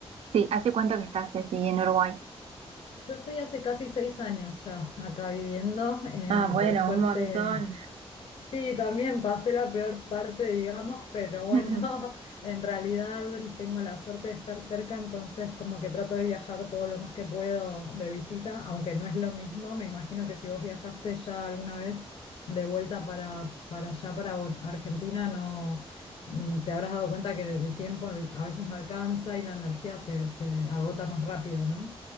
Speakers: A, on the right; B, on the left.
A: sí. ¿Hace cuánto que estás, Ceci, en Uruguay?
B: Yo estoy hace casi seis años ya acá viviendo, eh,
A: Ah, bueno,
B: por suerte
A: un montón.
B: Sí, también pasé la peor parte, digamos, pero bueno,
A: <laughs>
B: <laughs> en realidad tengo la suerte de estar cerca, entonces como que trato de viajar todo lo más que puedo de visita, aunque no es lo mismo, me imagino que si vos viajaste ya alguna vez de vuelta para, para allá, para Bo- Argentina, no mm, te habrás dado cuenta que el tiempo a veces no alcanza y la energía se, se agota más rápido, ¿no?